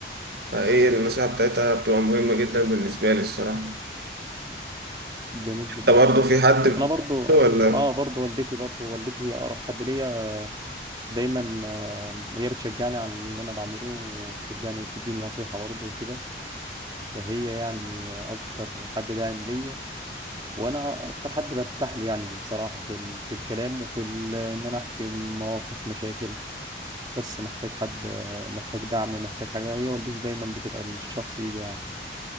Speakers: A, on the right; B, on the right.
A: فايه النصيحة بتاعتها بتبقى مهمة جدا بالنسبة لي الصراحة
B: جميل جدا
A: انت برضه في حد بتحبه
B: انا برضو
A: ولا
B: اه برضو والدتي برضو والدتي هي اقرب حد ليا دايما آه، هي بتشجعني على اللي انا بعمله وبتشجعني وبتديني نصيحه برضو وكده فهي يعني اكتر حد داعم ليا وانا اكتر حد برتاح له يعني بصراحه في ال... في الكلام وفي ال... ان انا احكي مواقف مشاكل بس محتاج حد محتاج دعم محتاج حاجة هي والدتي دايما بتبقى الشخص دي, ده يعني